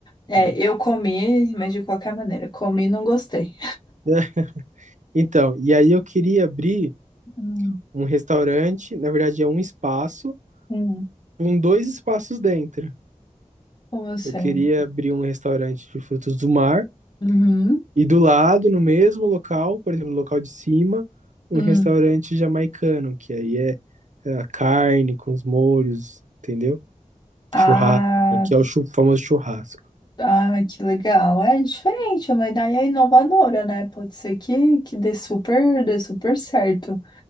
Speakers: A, on the left; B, on the right.
A: É,
B: Entendeu?
A: eu comi, mas de qualquer maneira, comi e não gostei.
B: <laughs> É, Então, e aí eu queria abrir
A: Hum,
B: um restaurante, na verdade é um espaço,
A: hum,
B: com dois espaços dentro.
A: como eu sei?
B: Eu queria abrir um restaurante de frutos do mar
A: Uhum,
B: e do lado, no mesmo local, por exemplo, no local de cima, um
A: hum.
B: restaurante jamaicano, que aí é, é a carne com os molhos, entendeu?
A: Ah,
B: Churrasco, que é o chu- famoso churrasco.
A: ah, que legal. É diferente, é uma ideia inovadora, né? Pode ser que, que dê super, dê super certo.